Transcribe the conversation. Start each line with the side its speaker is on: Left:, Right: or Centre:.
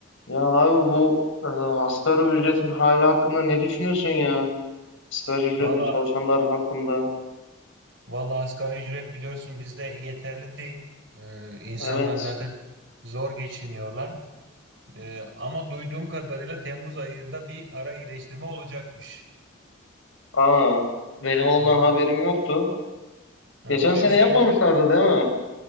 Left: Ya abi bu e, asgari ücretin hali hakkında ne düşünüyorsun ya? Asgari ücretle
Right: Valla
Left: çalışanlar hakkında.
Right: valla asgari ücret biliyorsun bizde yeterli değil. Ee, insanlar
Left: Evet.
Right: zaten zor geçiniyorlar. Ee, ama duyduğum kadarıyla Temmuz ayında bir ara iyileştirme olacakmış.
Left: Aa, benim ondan
Right: Aha.
Left: haberim yoktu.
Right: Ha,
Left: Geçen
Right: öyle
Left: sene
Right: bir şey
Left: yapmamışlardı değil mi?